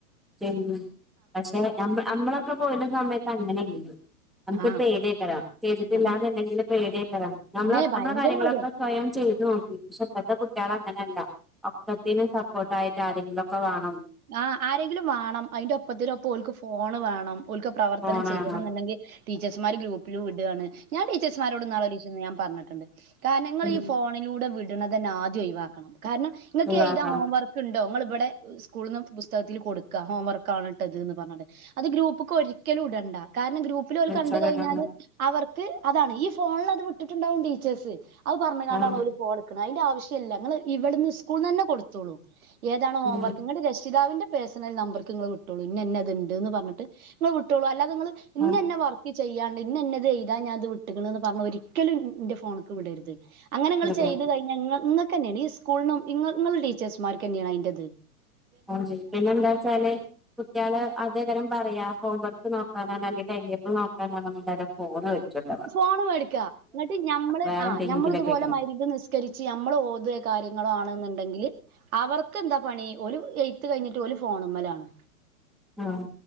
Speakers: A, in the centre; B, on the right.
A: ശരി, പക്ഷെ നമ്മളൊക്കെ പോയിന്ന സമയത്ത് അങ്ങനെ ചെയ്യും നമുക്കിപ്പോ
B: ആ
A: പേടിയെക്കെ വരാം ചെയ്തിട്ടില്ലാന്നുണ്ടെങ്കിൽ,
B: നമ്മക്ക്
A: പേടി ഒക്കെ വരാം നമ്മളെ
B: ഏ
A: നമ്മളെ
B: ഭയങ്കര
A: കാര്യങ്ങളൊക്കെ
B: പേടിയാ.
A: സ്വയം ചെയ്തു നോക്കി പക്ഷെ ഇപ്പോത്തെ കുട്ടികള അങ്ങനെയല്ല ഒക്കത്തത്തിനു സപ്പോർട്ടായിട്ട് ആരെങ്കിലൊക്കെ വേണം.
B: ആ, ആരെങ്കിലും വേണം അതിന്റെ ഒപ്പത്തിന ഒപ്പം ഓൽക്ക് ഫോണ് വേണം. ഓൽക്ക് പ്രവർത്തനം
A: ഫോണാണോ
B: ചെയ്യണം ഉണ്ടെങ്കിൽ ടീച്ചേഴ്സ്മാർ ഗ്രൂപ്പിലും ഇടുവാണ് ഞാൻ ടീച്ചേഴ്സ്മാരോട് ഇന്നാള് ഞാൻ ചെന്നു പറഞ്ഞിട്ടുണ്ട്, കാരണം നിങ്ങൾ
A: ഉം
B: ഈ ഫോണിലൂടെ വിടണത് തന്നെ ആദ്യം ഒഴിവാക്കണം, കാരണം ഇങ്ങൾക്ക്
A: ഒഴിവാക്കണം
B: എഴുതാൻ ഹോംവർക്ക് ഉണ്ടോ, നിങ്ങൾ ഇവിടെ സ്കൂളിൽ നിന്ന് പുസ്തകത്തിൽ കൊടുക്കുക ഹോം വർക്കാണ്‌, ഇട്ടത് എന്ന് പറഞ്ഞട്ട്, അത് ഗ്രൂപ്പ്ക്ക് ഒരിക്കലും ഇടണ്ട. കാരണം ഗ്രൂപ്പിൽ ഓൽ
A: ഇൻസ്റ്റാഗ്രാം
B: കണ്ട് കഴിഞ്ഞാല് അവർക്ക് അതാണ് ഈ ഫോണിൽ അത് വിട്ടിട്ടുണ്ടാവും ടീച്ചേഴ്സ്. അത് പറഞ്ഞത്ണ്ടാണ്
A: ആഹ്
B: ഓര് ഫോൺ എടുക്കുന്നത്, അതിന്റെ ആവശ്യല്ല നിങ്ങങ്ങള് ഇവിടുന്ന് ഇസ്കൂളി തന്നെ കൊടുത്തോളൂ. ഏതാണ് ഹോംവർക്ക്
A: ഉം
B: പിതാവിന്റെ പേഴ്സണൽ നമ്പർക്ക് നിങ്ങള് വിട്ടോുള്ളൂ ഇന്ന ഇന്നെ ഇത്ണ്ട്ന്ന് പറഞ്ഞിട്ട്, നിങ്ങള്‌ വിട്ടോളൂ. അ ഇങ്ങള് ഇന്നന്നെ
A: ആഹ്
B: വർക്ക് ചെയ്യാണ്ട് ഇന്നന്നെ ഇത് ചെയ്താ ഞാനത് വിട്ട ക്കെന്ന് പറഞ്ഞ ഒരിക്ക ഒരിക്കലുംന്റെ ഫോണൊക്കെ വിടരുത് അങ്ങനെ നിങ്ങള്ൾ
A: അതെ
B: ചെയ്ത്
A: അതെ
B: കഴിഞ്ഞാ നിങ്ങൊക്ക തന്നെയണ സ്കൂളിനും ഇങ്ങ ഇങ്ങള് ടച്ചേഴ്സ്മാർക്ക് തന്നെയാണ് അതിന്റ
A: അ പിന്നെ എന്താച്ചാല് കുട്ട്യള് അധേകരം പറയാ ഹോം വർക്ക് നോക്കാനോ അല്ലെ ടൈം ടേബി നോക്കാനോ നമ്മുടെ ഫോൺ വച്ചട്ടുള്ളത്
B: ഫോണ് മേടിക്ക എന്നിട്ട് ഞമ്മള്
A: വേറെ
B: ആ്ഞമ്മള
A: എന്തെങ്കിലൊക്കെ
B: ഇതുപോലെ മരിന്ന് നിസ്കരിച്ച് നമ്മൾ ഓത് കാര്യങ്ങ ണെന്നുണ്ടെങ്കിൽ അവർക്ക് എന്താ പണി ഒരു എയ്ത്ത് കഴിഞ്ഞിട്ട് ഫോണമ്മലാണ്
A: ആഹ